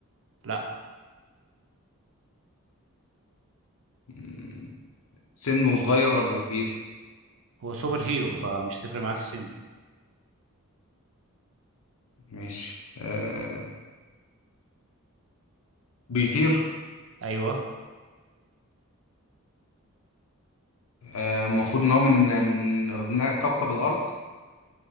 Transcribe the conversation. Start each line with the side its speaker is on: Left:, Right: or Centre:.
Right: لا
Left: مم، سنه صغير ولا كبير
Right: هو سوبر هيرو فمش هتفرق معاك السن
Left: ماشي آه بيطير
Right: ايوه
Left: آه، المفروض إن هو من من أبناء كوكب الأرض